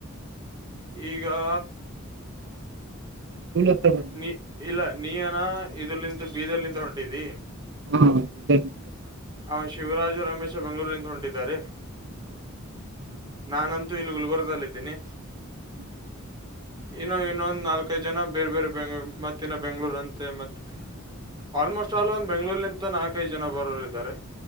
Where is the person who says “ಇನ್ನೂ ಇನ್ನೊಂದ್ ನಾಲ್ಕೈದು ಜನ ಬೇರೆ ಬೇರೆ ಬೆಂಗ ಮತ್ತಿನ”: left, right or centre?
Right